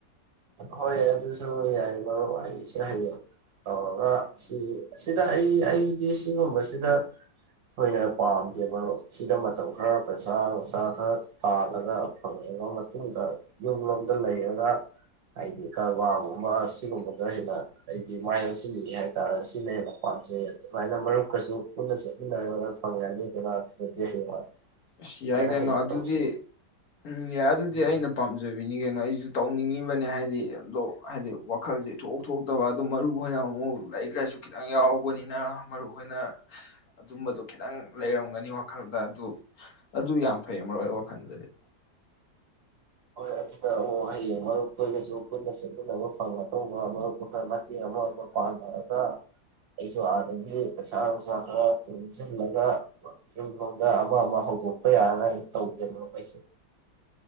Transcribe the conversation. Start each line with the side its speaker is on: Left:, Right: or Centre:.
Right: ꯍꯣꯏ ꯑꯗꯨꯁꯨ ꯌꯥꯏ ꯃꯔꯨꯞ ꯑꯩꯁꯦ ꯍꯌꯦꯡ ꯇꯧꯔꯒ ꯁꯤ ꯁꯤꯗ ꯑꯩ ꯇ ꯁꯤꯒꯨꯝꯕꯁꯤꯗ ꯊꯣꯏꯅ ꯄꯥꯝꯗꯦ ꯃꯔꯨꯞ ꯁꯤꯗ ꯃꯇꯝ ꯈꯔ ꯄꯩꯁꯥ ꯅꯨꯡꯁꯥ ꯈꯔ ꯇꯥꯜꯂꯒ ꯐꯪꯉꯛꯑꯕ ꯃꯇꯨꯡꯗ ꯌꯨꯝ ꯂꯣꯝꯗ ꯂꯩꯔꯒ ꯍꯥꯏꯗꯤ ꯀꯔꯕꯥꯔꯒꯨꯝꯕ ꯁꯤꯒꯨꯝꯕꯗꯣ ꯍꯦꯟꯅ ꯑꯩꯗꯤ ꯃꯥꯏ ꯑꯣꯟꯁꯤꯟꯜꯂꯤꯉꯤ ꯍꯥꯏꯇꯥꯔꯦ ꯁꯤꯅ ꯍꯦꯟꯅ ꯄꯥꯝꯖꯩ ꯑꯗꯨꯃꯥꯏꯅ ꯃꯔꯨꯞꯀꯁꯨ ꯄꯨꯟꯅ ꯆꯠꯃꯤꯟꯅꯔꯅ ꯐꯪꯒꯅꯤꯗꯅ ꯑꯗꯨꯗꯗꯤ ꯍꯌꯦꯡ
Left: ꯑꯁ
Right: ꯁꯨꯃꯥꯏꯅ
Left: ꯌꯥꯏ ꯀꯩꯅꯣ ꯑꯗꯨꯗꯤ
Right: ꯇꯧꯁꯤ
Left: ꯎꯝ ꯌꯥꯏ ꯑꯗꯨꯗꯤ ꯑꯩꯅ ꯄꯥꯝꯖꯩ ꯎꯖꯕꯤꯅꯤ ꯀꯩꯅꯣ ꯑꯩꯁꯨ ꯇꯧꯅꯤꯡꯉꯤꯕꯅꯦ ꯍꯥꯏꯗꯤ ꯑꯗꯣ ꯍꯥꯏꯗꯤ ꯋꯥꯈꯜꯁꯦ ꯊꯣꯛ ꯊꯣꯛꯇꯕ ꯑꯗꯣ ꯃꯔꯨ ꯑꯣꯢꯅ ꯑꯃꯨꯛ ꯂꯥꯏꯔꯤꯛ ꯂꯥꯏꯁꯨ ꯈꯤꯇꯪ ꯌꯥꯎꯕꯅꯤꯅ ꯃꯔꯨꯞꯍ‌ꯣꯢꯅ ꯑꯗꯨꯝꯕꯗꯣ ꯈꯤꯇꯪ ꯂꯩꯔꯝꯒꯅꯤ ꯋꯥꯈꯜꯗ ꯑꯗꯨ ꯑꯗꯨ ꯌꯥꯝ ꯐꯩ ꯃꯔꯨꯞ ꯑꯩ ꯋꯥꯈꯜꯗꯗꯤ
Right: ꯍꯣꯏ ꯑꯗꯨꯗ ꯑꯣ ꯍꯌꯦꯡ ꯃꯔꯨꯞꯇꯨꯒꯁꯨ ꯄꯨꯟꯅ ꯆꯦꯟꯃꯤꯟꯅꯕ ꯐꯪꯒꯗꯧꯕ ꯃꯔꯨꯞꯄꯨ ꯈꯔ ꯃꯇꯦꯡ ꯑꯃ ꯑꯃ ꯄꯥꯡꯅꯔꯒ ꯑꯩꯁꯨ ꯑꯥꯗꯒꯤ ꯄꯩꯁꯥ ꯅꯨꯡꯁꯥ ꯈꯔ ꯇꯨꯡꯁꯤꯜꯂꯒ ꯌꯨꯝꯂꯣꯝꯗ ꯑꯃ ꯑꯃ ꯍꯧꯗꯣꯛꯄ ꯌꯥꯅꯉꯥꯏ ꯑꯩ ꯇꯧꯒꯦꯕ ꯑꯩꯩꯁꯦ